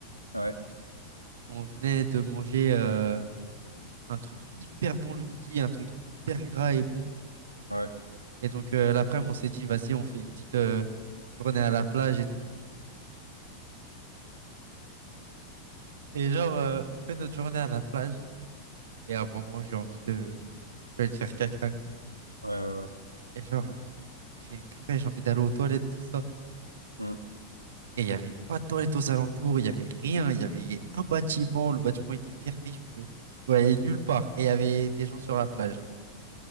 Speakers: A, on the right; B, on the right.
A: ouais,
B: on venait de manger euh, un truc hyper bon le midi, un truc hyper gras et bon.
A: ouais,
B: Et donc, euh, l'après-midi, on s'est dit, vas-y, on fait une petite euh, journée à la plage et tout. Et genre, euh, on fait notre journée à la plage. Et à un moment, j'ai envie de, de faire caca, quoi.
A: ouais, ouais, ouais,
B: Et genre, euh, je fais, purée, j'ai envie d'aller aux toilettes, tout ça.
A: mm,
B: Et il n'y avait pas de toilettes aux alentours, il n'y avait rien. Il y avait un bâtiment, le bâtiment était fermé, je pouvais, je pouvais aller nulle part. Et il y avait des gens sur
A: ouais,
B: la plage.